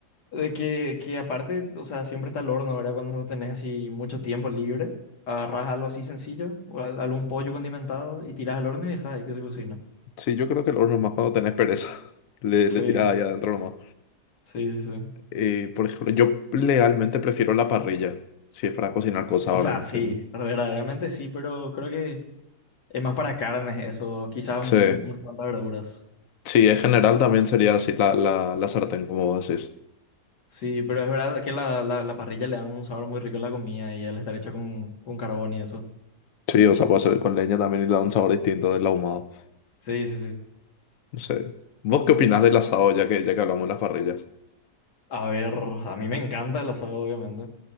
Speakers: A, on the left; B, on the left.
A: de que, que aparte, o sea, siempre está el horno, ¿verdad? Cuando no tenés así mucho tiempo libre, agarrás algo así sencillo, o al- algún pollo condimentado y tirás al horno y dejás ahí que se cocina.
B: Sí, yo creo que el horno es más cuando tenés pereza. <laughs> Le,
A: Sí,
B: le tirás ahí adentro nomás.
A: sí, sí. sí.
B: Eh, por ejemplo, yo realmente prefiero la parrilla. Si es para cocinar cosas
A: O
B: ahora.
A: sea, sí,
B: que-
A: verdaderamente sí, pero creo que Es más para carnes eso, quizás
B: Sí.
A: un- unas cuantas verduras.
B: Sí, en general también sería así la, la, la sartén, como vos decís.
A: Sí, pero es verdad que la, la, la parrilla le da un sabor muy rico a la comida y al estar hecha con, con carbón y eso.
B: Sí, o sea, puede ser con leña también y le da un sabor distinto del ahumado.
A: Sí, sí, sí.
B: No sé. ¿Vos qué opinás del asado ya que, ya que hablamos de las parrillas?
A: A ver, a mí me encanta el asado, obviamente.